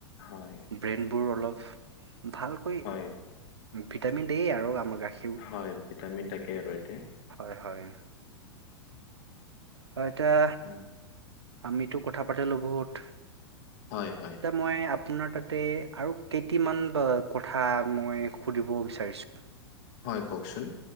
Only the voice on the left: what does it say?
হয়।
হয়,
হয়, ভিটামিন থাকে আৰু ইয়াতে।
আহ,
হয়, হয়।
হয়, কওঁকচোন!